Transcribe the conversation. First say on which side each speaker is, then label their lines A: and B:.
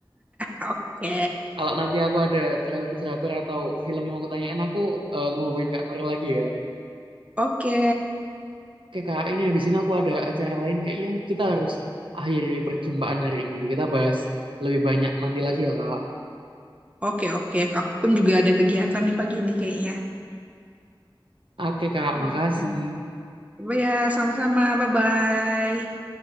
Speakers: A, on the right (about 15°); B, on the right (about 75°).
A: Oke,
B: Kalau nanti aku ada drakor-drakor atau film yang mau aku tanyain, aku eh, ngehubungin Kak Nur lagi ya.
A: oke,
B: Oke kak, ini habis ini aku ada acara lain kayaknya kita harus akhiri perjumpaan hari ini. Kita bahas lebih banyak nanti lagi ya kak.
A: oke, oke. Aku pun juga ada kegiatan nih pagi ini kayaknya.
B: Oke kak,
A: Hmm.
B: makasih.
A: Coba ya, sama-sama. Bye-bye.